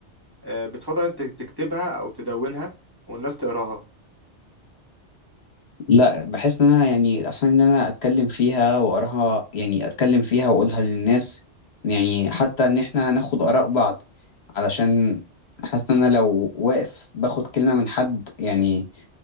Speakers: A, on the right; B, on the left.
A: آه، بتفضل انت تكتبها او تدونها والناس تقراها
B: لا بحس ان انا يعني اصلا ان انا اتكلم فيها واقراها يعني اتكلم فيها واقولها للناس يعني حتى ان احنا ناخد اراء بعض علشان حاسس ان انا لو واقف باخد كلمة من حد يعني